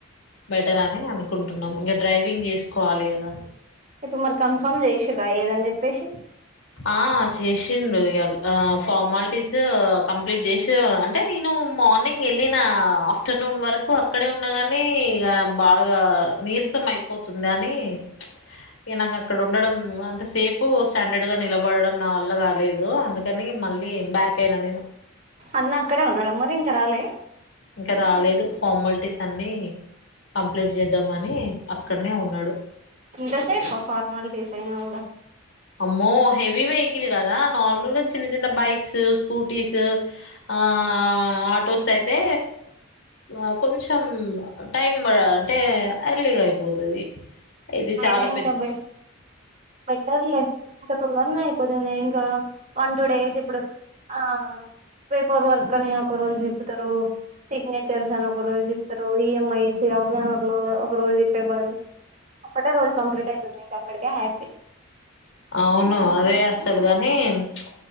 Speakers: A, on the left; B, on the right.
A: బెటర్ అని అనుకుంటున్నాం, ఇంగ డ్రైవింగ్ చేసుకోవాలి కదా
B: ఇప్పుడు మరి కన్ఫర్మ్ చేసిర్రా ఏదని చెప్పేసి
A: ఆ చేసిండు ఇగ ఆ ఫార్మాలిటీస్ కంప్లీట్ జేశి అంటే నేను మార్నింగ్ వెళ్ళిన ఆఫ్టర్నూన్ వరకు అక్కడే ఉన్నగని బా బాగా నీరసం అయిపోతుంది అని ప్చ్ ఇగ నాకు అక్కడ ఉండడం అంత సేపు స్టాండర్డ్. గ నిలబడడం నా వల్ల కాలేదు అందుకని మళ్ళీ బ్యాక్ అయినా నేను.
B: అన్న అక్కడే ఉన్నడమరి ఇంక రాలే?
A: ఇక్క రాలేదు ఫార్మాలిటీస్ అన్ని కంప్లీట్ చేద్దామని అక్కన్నే ఉన్నడు.
B: ఇంద సేప ఫార్మాలిటీసైన గుడ
A: అమ్మో హెవీ వెహికల్ కదా, నార్మల్ గా చిన్న చిన్న బైక్స్ స్ స్కూటీస్, ఆ ఆటోస్ అయితే ఆ కొంచెం టైం పడ అంటే అర్లీగా అయిపోతది. ఇది
B: అయినా
A: చాలా
B: ఇంకా
A: పెద్ద
B: బె బెటర్లే. ఇంకా తొందరనే అయిపోతది ఇంకా వన్ టూ డేస్ ఇప్పుడు ఆ పేపర్ వర్క్ అని ఒక రోజు తిప్పుతరు, సిగ్నేచర్స్ అని ఒక రోజు తిప్పుతరు, ఈ ఎమ్ ఐస్ చే అవదామర్లొ ఒక రోజు తిట్టే బదులు ఒకటే రోజు కంప్లీట్ అవుతుంది ఇంక అక్కడికే హ్యాపీ
A: అవును అదే అస్సలు గాని దేన్ ప్చ్